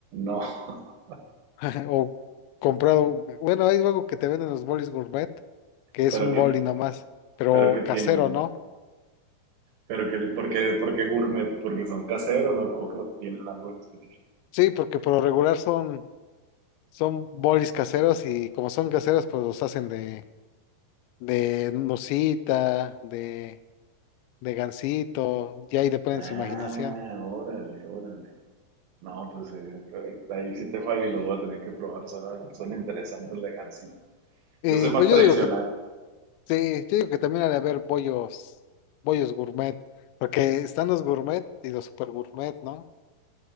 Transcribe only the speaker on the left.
<laughs> O comprado, bueno, hay algo que te venden los bolis gourmet, que
es un
boli nomás, pero
casero, ¿no?
Sí, porque por lo regular son, son bolis caseros y como son caseros, pues los hacen de, de nucita, de, de gansito, ya ahí depende
de su imaginación.
Eh,
pues
yo digo que sí, yo digo que también ha de haber bollos, bollos gourmet, porque están los gourmet y los super gourmet, ¿no?